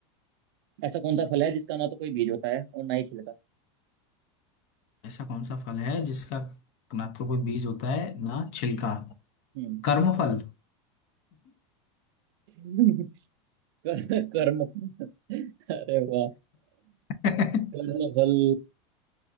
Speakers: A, on the right (about 50°); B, on the left (about 40°).
A: ऐसा कौन सा फल है जिसका ना तो कोई बीज होता है और ना ही छिलका
B: ऐसा कौन सा फल है जिसका ना तो कोई बीज होता है ना छिलका
A: हम्म
B: कर्म फल
A: <laughs> कर, कर्म अरे वाह
B: <laughs>
A: कर्म फल